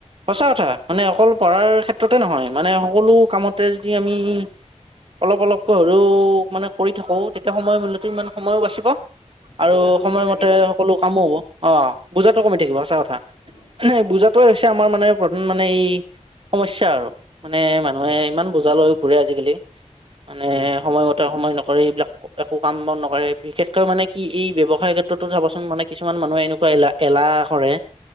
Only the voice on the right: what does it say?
সঁচা কথা মানে অকল পঢ়াৰ ক্ষেত্ৰতে নহয় মানে সকলো কামতে যদি আমি অলপ অলপকৈ হলেও মানে কৰি থাকো তেতিয়া সময় মূল্যতো ইমান সময়ো বাচিব। আৰু
সময়মতে
সকলো কামো হব, অ বুজাটো কমি থাকিব সঁচা কথা।
বুজাতোৱে হৈছে আমাৰ মানে প্ৰধান মানে এই সমস্যা আৰু। মানে
মানুহে
ইমান বোজাল লৈ ঘুৰে আজিকালি মানে
সময়মতে
সময় নকৰে এইবিলাক একো কাম বন নকৰে বিশেষকৈ মানে কি এই ব্যৱসায় ক্ষেত্ৰতো চাবচোন মানে কিছুমান মানুহে এনেকুৱা এলা এলাহ কৰে।